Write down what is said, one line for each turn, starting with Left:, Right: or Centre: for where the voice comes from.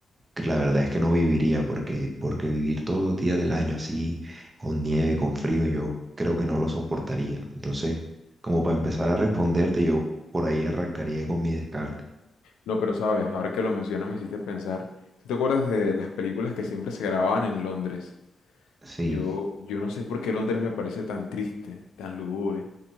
Right: que La verdad es que no viviría porque, porque vivir todos los días del año así, con nieve, con frío, yo creo que no lo soportaría. Entonces, como para empezar a responderte, yo por ahí arrancaría con mi descarte.
Left: No, pero sabes, ahora que lo mencionas me hiciste pensar. ¿Tú te acuerdas de las películas que siempre se grababan en Londres?
Right: Sí,
Left: Yo, yo no sé por qué Londres me parece tan triste, tan lúgubre.